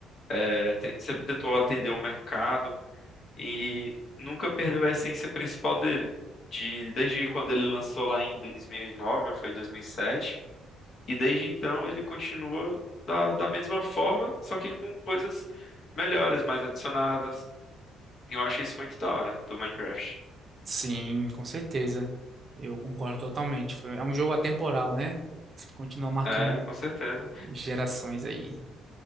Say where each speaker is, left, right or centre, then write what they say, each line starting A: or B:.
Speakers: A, on the left; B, on the right.
A: é, te- sempre tentou atender o mercado e nunca perdeu a essência principal dele. De, desde quando ele lançou lá em 2009, ou foi 2007, e sete, e desde então ele continua da, da mesma forma, só que com coisas melhores, mais adicionadas. E Eu acho isso muito da hora do Minecraft.
B: Sim, com certeza. Eu concordo totalmente. Foi- É um jogo atemporal, né? Você continua marcando
A: É, com certeza.
B: gerações aí.